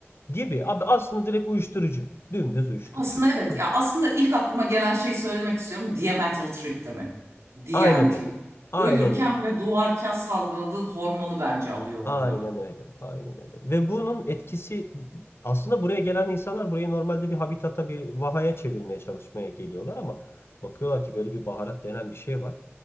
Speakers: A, on the left; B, on the right.
A: Gibi. Abi aslında direkt uyuşturucu. Dümdüz uyuşturucu.
B: Aslında evet
A: <laughs>
B: ya aslında ilk aklıma gelen şeyi söylemek istiyorum. Diametyl triptamin. DMT.
A: Aynen öyle. Aynen
B: Ölürken
A: öyle.
B: ve doğarken salgıladığın hormonu bence alıyor
A: Aynen
B: bunlar.
A: öyle. Aynen öyle. Ve bunun etkisi aslında buraya gelen insanlar burayı normalde bir habitata, bir vahaya çevirmeye çalışmaya geliyorlar ama bakıyorlar ki böyle bir baharat denen bir şey var.